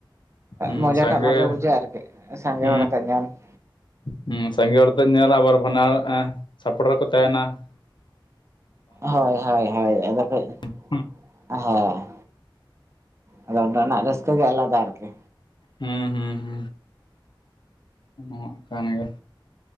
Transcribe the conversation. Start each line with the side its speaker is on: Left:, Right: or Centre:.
Left: ᱦᱩᱸ
Right: ᱢᱚᱡᱟ
Left: ᱥᱟᱸᱜᱮ
Right: ᱴᱟᱜ ᱵᱷᱟᱜᱮ ᱵᱩᱡᱷᱟᱹᱜᱼᱟ ᱟᱨᱠᱤ ᱥᱟᱸᱜᱮ
Left: ᱦᱩᱸ
Right: ᱦᱚᱲ ᱟᱛᱮ ᱧᱮᱞ ᱾
Left: ᱦᱩᱸ ᱥᱟᱸᱜᱮ ᱦᱚᱲ ᱛᱮ ᱧᱮᱞ ᱟᱵᱟᱨ ᱵᱟᱱᱟᱨ ᱥᱟᱯᱚᱴ ᱨᱮᱠᱚ ᱛᱟᱦᱮᱱᱟ ᱾
Right: ᱦᱳᱭ ᱦᱳᱭ ᱦᱳᱭ ᱟᱫᱚ ᱠᱷᱟᱹᱪ
Left: ᱦᱮᱸ <unintelligible>
Right: ᱦᱟᱸ ᱟᱫᱚ ᱚᱸᱰᱮᱱᱟᱜ ᱨᱟᱹᱥᱠᱟᱹ ᱜᱮ ᱟᱞᱟᱫᱟ ᱟᱨᱠᱤ
Left: ᱦᱩᱸᱦᱩᱸᱦᱩᱸ <unintelligible> ᱠᱟᱱ ᱜᱮᱭᱟ